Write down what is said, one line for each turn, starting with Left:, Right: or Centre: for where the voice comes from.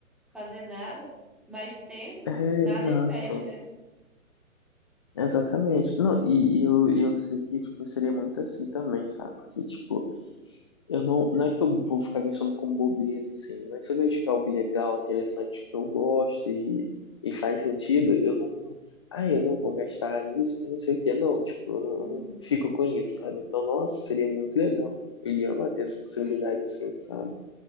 Centre: fazer nada, mas tendo,
Left: é,
Centre: nada
Left: exato.
Centre: impede, né?
Left: Exatamente. Não, e, e eu, e eu sei que, tipo, seria muito assim também, sabe? Porque, tipo, Eu não, não é que eu vou ficar gastando com bobeira, assim, mas se eu vejo que é algo legal, interessante, que eu gosto e, e faz sentido, eu não. Ah, eu não vou gastar nisso, que não sei o quê, não. Tipo, eu não,
Centre: Uhum.
Left: eu não fico com isso, sabe? Então, nossa, seria muito legal. Ele ama ter essa
Centre: Sim,
Left: possibilidade, assim, sabe?